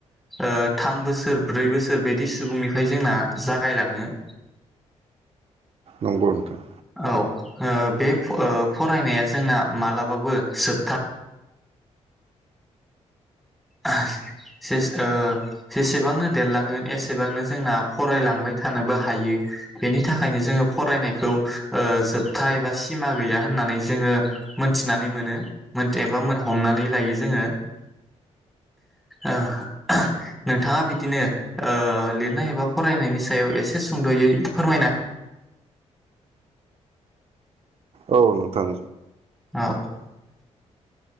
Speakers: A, in the centre; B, on the right.
A: ओ थाम बोसोर ब्रै बोसोर बिदि सुबुंनिफ्राय जोंना जागायलाङो।
B: नंगौ नोथां।
A: औ ओ बे फरायनाया जोंना मालाबाबो जोबथा ओ जेसेबांनो देरलांगोन एसेबांनो जोंना फरायलांबाय ओ थानोबो हायो। बेनि थाखायनो जोङो फरायनायखौ ओ जोबथा एबा सिमा गैया होननानै जोङो मोनथिनानै मोनो एबा हमनानै लायो जोङो। ओह नोंथाङा बिदिनो ओ लिरनाय एबा फरायनायनि सायाव एसे सुंद'यै फोरमायना
B: औ नोंथां।
A: औ